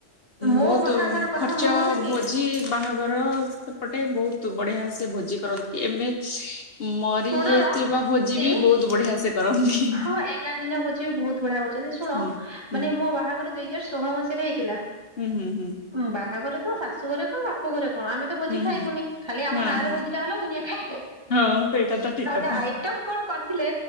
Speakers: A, on the right; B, on the left.
A: ମୋ
B: ବହୁତ
A: ବାହାଘର କଥା
B: ଖର୍ଚ୍ଚ
A: ମୁଁ କହିବି
B: ଭୋଜି ବାହା ର ସେପଟେ ବହୁତ ବଢିଆ ସେ ଭୋଜି କରନ୍ତି, ଏବେ ମରି
A: ଶୁଣ
B: ଯାଇଥିବା
A: ଦିଦି
B: ଭୋଜି ବି ବହୁତ ବଢିଆ ସେ କରନ୍ତି।
A: ହଁ ଏଗାର ଦିନିଆ ଭୋଜି ବି ବହୁତ ବଢିଆ କରୁଛନ୍ତି, ଶୁଣ
B: ହୁଁ ହୁଁ
A: ମାନେ ମୋ ବାହାଘର ଦୁଇ ହଜାର ଷୋହଳ ମସିହାରେ ହେଇଥିଲା।
B: ହୁଁ ହୁଁ।
A: ଉଁ ବାହାଘର ତ ଶାଶୁ ଘରେ କଣ ବା ପୋ ଘରେ କଣ, ଆମେ ତ ଭୋଜି ଖାଇମୁନି,
B: ହୁଁ ହୁଁ
A: ଖାଲି ଆମ
B: ହଁ
A: ନାଁରେ
B: ହଁ
A: ଭୋଜିଟା ହେଲା ଦୁନିଆ ଖାଇ।
B: ହଁ ସେଇଟା ତ ଠିକ
A: ନହେନେ
B: କଥା।
A: ଆଇଟମ କଣ କଣ? ଥିଲେ